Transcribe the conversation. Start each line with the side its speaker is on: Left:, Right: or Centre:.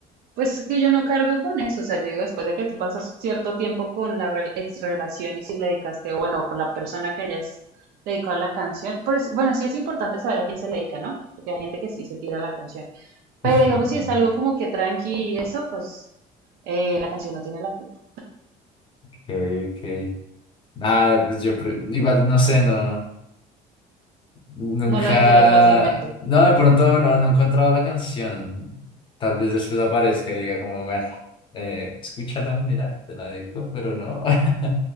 Right: pues es que yo no cargo con eso, o sea, yo digo, después de que tú pasas cierto tiempo con la rel- ex relación y si le dedicaste, bueno, con la persona que hayas dedicado a la canción, por eso- bueno, sí es importante saber a quién se le dedica, ¿no? Porque hay gente que sí se tira la canción, pero
Left: <laughs>
Right: digamos, si es algo como que tranqui y eso, pues eh, la canción no tiene la culpa,
Left: okay ok. Nada, pues yo pre- igual no sé, no, nunca,
Right: no lo dedicarías fácilmente,
Left: no, de pronto no, no he encontrado la canción. Tal vez después aparezca y diga como, bueno, eh, escúchala, mira, te la dedico, pero no, <laughs>